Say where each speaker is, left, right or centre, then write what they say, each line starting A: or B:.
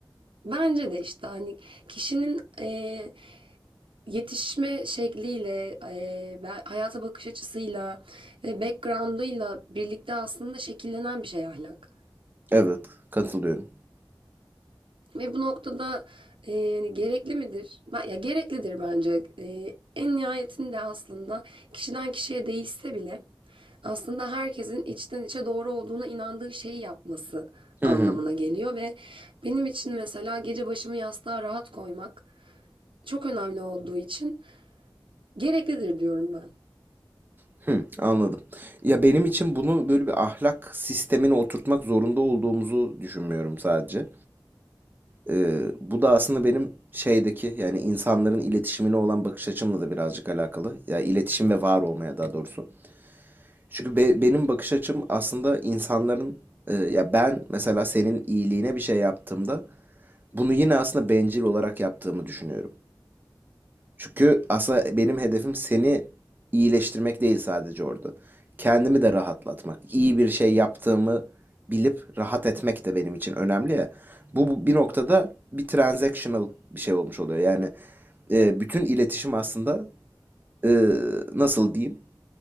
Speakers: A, on the right; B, on the right.
A: Bence de işte hani kişinin eee, yetişme şekliyle, eee, be- hayata bakış açısıyla ve background'ıyla birlikte aslında şekillenen bir şey ahlak.
B: Evet, katılıyorum.
A: Ve bu noktada e, yani gerekli midir? Ben- Ya gereklidir bence. E, en nihayetinde aslında kişiden kişiye değişse bile aslında herkesin içten içe doğru olduğuna inandığı şeyi yapması
B: Hı
A: anlamına
B: hı.
A: geliyor ve benim için mesela gece başımı yastığa rahat koymak çok önemli olduğu için gereklidir diyorum ben.
B: Hı, anladım. Ya benim için bunu böyle bir ahlak sistemine oturtmak zorunda olduğumuzu düşünmüyorum sadece. Ee, bu da aslında benim şeydeki yani insanların iletişimine olan bakış açımla da birazcık alakalı. Ya iletişim ve var olmaya daha doğrusu. Çünkü be- benim bakış açım aslında insanların e, ya ben mesela senin iyiliğine bir şey yaptığımda bunu yine aslında bencil olarak yaptığımı düşünüyorum. Çünkü aslında benim hedefim seni iyileştirmek değil sadece orada. Kendimi de rahatlatmak. İyi bir şey yaptığımı bilip rahat etmek de benim için önemli ya. Bu bu bir noktada bir transactional bir şey olmuş oluyor. Yani e, bütün iletişim aslında e, nasıl diyeyim